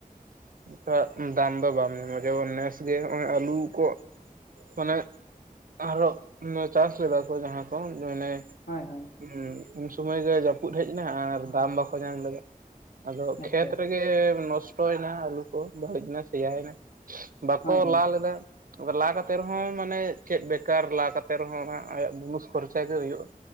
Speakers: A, on the right (about 70°); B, on the left (about 80°).
A: ᱚᱝᱠᱟ ᱫᱟᱢ ᱫᱚ ᱵᱟᱢ ᱧᱟᱢᱟ ᱡᱮᱢᱚᱱ ᱱᱮᱥ ᱜᱮ ᱱᱚᱜ-ᱚᱭ ᱟᱹᱞᱩ ᱠᱚᱼᱼ ᱢᱟᱱᱮ ᱟᱨᱚ ᱢᱚ ᱪᱟᱥ ᱞᱮᱫᱟ ᱠᱚ ᱡᱟᱦᱟᱸ ᱠᱚ ᱢᱟᱱᱮᱼᱼ
B: ᱦᱚᱭ ᱦᱚᱭ᱾
A: ᱦᱩᱸ ᱩᱱ ᱥᱩᱢᱚᱭ ᱜᱮ ᱡᱟᱯᱩᱫ ᱦᱮᱡ ᱮᱱᱟ ᱟᱨ ᱫᱟᱢ ᱵᱟᱠᱚ ᱧᱟᱢ ᱞᱮᱫᱟ ᱟᱫᱚ
B: ᱟᱪᱪᱷᱟ
A: ᱠᱷᱮᱛ ᱨᱮ ᱜᱮ ᱱᱚᱥᱴᱚ ᱭᱮᱱᱟ ᱟᱹᱞᱩ ᱠᱚ ᱵᱟᱹᱲᱤᱡ ᱮᱱᱟ ᱥᱮᱭᱟ ᱭᱮᱱᱟ ᱵᱟᱠᱚ
B: ᱦᱳᱭ ᱦᱳᱭ
A: ᱞᱟ ᱞᱮᱫᱟ᱾ ᱞᱟ ᱠᱟᱛᱮᱜ ᱨᱮᱦᱚᱸ ᱢᱟᱱᱮ ᱪᱮᱜ ᱵᱮᱠᱟᱨ ᱞᱟ ᱠᱟᱛᱮᱜ ᱨᱮᱦᱚᱸ ᱚᱱᱟ ᱟᱭᱟᱜ ᱵᱩᱱᱩᱥ ᱠᱷᱚᱨᱪᱟ ᱜᱮ ᱦᱩᱭᱩᱜ-ᱟ᱾